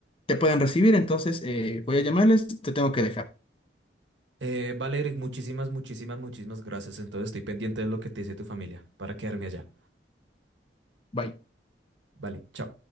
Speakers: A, on the left (about 30°); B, on the right (about 80°).
A: te puedan recibir. Entonces, eh, voy a llamarles. Te tengo que dejar.
B: Eh, vale, Eric, muchísimas, muchísimas, muchísimas gracias. Entonces estoy pendiente de lo que te dice tu familia para quedarme allá.
A: Bye.
B: Vale, chao.